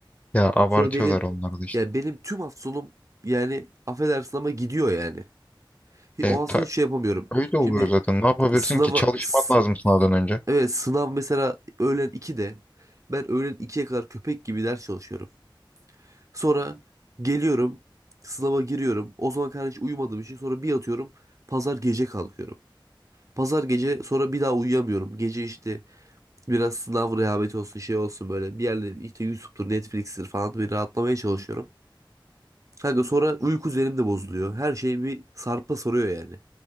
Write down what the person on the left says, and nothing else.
Ya abartıyorlar
onlar da işte.
E,
ta-
öyle oluyor
zaten. Ne yapabilirsin
ki? Çalışman
lazım sınavdan önce.